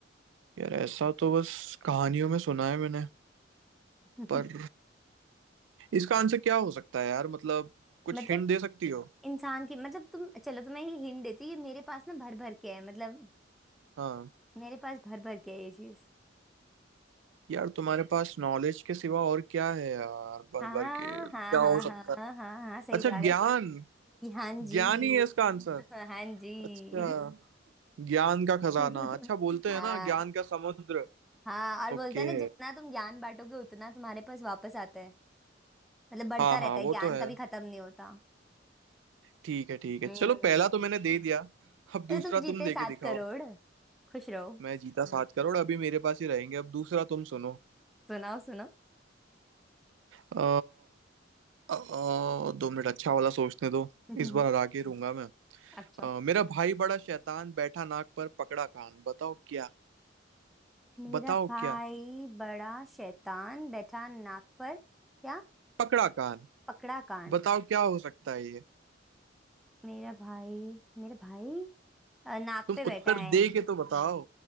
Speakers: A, on the right; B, in the centre.
A: यार ऐसा तो बस कहानियों में सुना है मैंने
B: <laughs>
A: पर इसका आंसर क्या हो सकता है यार मतलब कुछ
B: मतलब
A: हिंट दे सकती हो
B: इंसान की मतलब तुम चलो तुम्हें ये हिंट देती हूँ, ये मेरे पास ना भर भर के है मतलब
A: हाँ
B: मेरे पास भर भर के है ये चीज
A: यार तुम्हारे पास नॉलेज के सिवा और क्या है यार भर
B: हाँ
A: भर के क्या
B: हाँ हाँ
A: हो सकता
B: हाँ
A: है
B: हाँ हाँ सही
A: अच्छा
B: जा
A: ज्ञान
B: रहे हो सही हाँ जी
A: ज्ञान ही है इसका आंसर
B: <laughs> हाँ जी
A: अच्छा ज्ञान का खजाना
B: <laughs>
A: अच्छा बोलते हैं
B: हाँ
A: ना ज्ञान का समुद्र
B: हाँ और
A: ओके
B: बोलते हैं ना जितना तुम ज्ञान बांटोगे उतना तुम्हारे पास वापस आता है मतलब बढ़ता
A: हाँ
B: रहता
A: हाँ
B: है
A: वो
B: ज्ञान
A: तो है
B: कभी खत्म नहीं होता
A: ठीक है ठीक है
B: हम्म
A: चलो पहला तो मैंने दे दिया अब दूसरा
B: तो तुम जीते
A: तुम दे
B: सात
A: के दिखाओ
B: करोड़ खुश रहो
A: मैं जीता सात करोड़ अभी मेरे पास ही रहेंगे अब दूसरा तुम सुनो
B: सुनाओ सुनो
A: अ, अ, दो मिनट अच्छा वाला सोचने दो
B: <laughs>
A: इस बार हरा के रूंगा मैं
B: अच्छा
A: अ, मेरा भाई बड़ा शैतान बैठा नाक पर पकड़ा कान बताओ क्या
B: मेरा
A: बताओ
B: भाई
A: क्या
B: बड़ा शैतान बैठा नाक पर क्या
A: पकड़ा कान
B: पकड़ा कान
A: बताओ क्या हो सकता है ये
B: मेरा भाई मेरा भाई अ, नाक
A: तुम
B: पे
A: उत्तर
B: बैठा है
A: दे के तो बताओ